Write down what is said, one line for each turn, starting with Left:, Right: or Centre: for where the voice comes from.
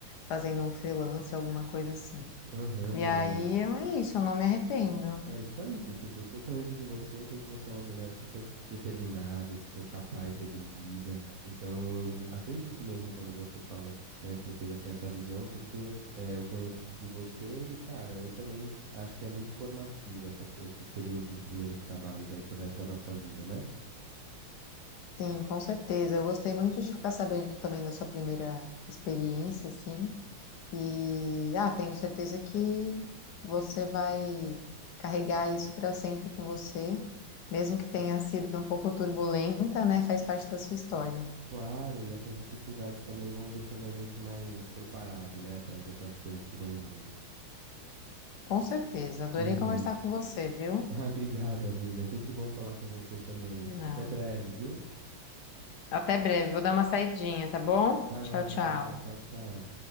Left: fazendo um freelance, alguma coisa assim.
Right: Aham,
Left: E
Right: e
Left: aí
Right: olha,
Left: eu- é isso, eu não me arrependo.
Right: é isso aí, porque do que eu conheço de você, eu sei que você é uma mulher super determinada, super capaz, resolvida. Então eu acredito mesmo quando você fala, né, que você já tinha essa visão, porque eh, eu conheço de você e, cara, eu também acho que é muito formativa essa, essa experiência de primeiros trabalhos aí pro resto da nossa vida, né?
Left: Sim, com certeza. Eu gostei muito de ficar sabendo também da sua primeira experiência, assim. E ah, tenho certeza que você vai carregar isso para sempre com você, mesmo que tenha sido um pouco turbulenta, né? Faz parte da sua história.
Right: Claro, e essas dificuldades também vão deixando a gente mais preparado, né, para as outras coisas que vão vindo.
Left: Com certeza. Adorei
Right: Uhum.
Left: conversar
Right: <laughs>
Left: com você, viu?
Right: Ah, obrigado, amiga. Sempre bom falar com você também.
Left: De nada.
Right: Até breve, viu?
Left: Até breve. Vou dar uma saidinha, tá bom?
Right: Vai
Left: Tchau,
Right: lá,
Left: tchau.
Right: vai lá. Tchau, tchau.